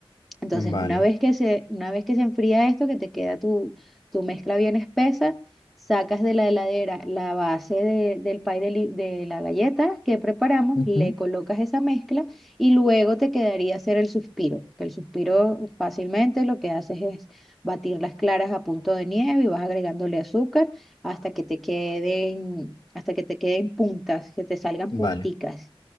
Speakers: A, in the centre; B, on the left.
A: Entonces,
B: Vale.
A: una vez que se, una vez que se enfría esto, que te queda tu, tu mezcla bien espesa, sacas de la heladera la base de- del pie de, li- de la galleta que preparamos,
B: Ujú.
A: le colocas esa mezcla y luego te quedaría hacer el suspiro, que el suspiro fácilmente lo que haces es batir las claras a punto de nieve y vas agregándole azúcar hasta que te queden, hasta que te queden puntas, que te salgan
B: Vale.
A: punticas